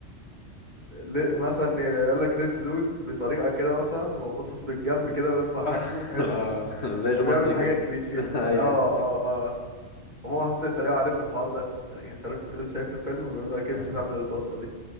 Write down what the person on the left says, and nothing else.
<laughs>
آه، زي جومانجي
كده
<laughs> ايوه
ايوه
<laughs>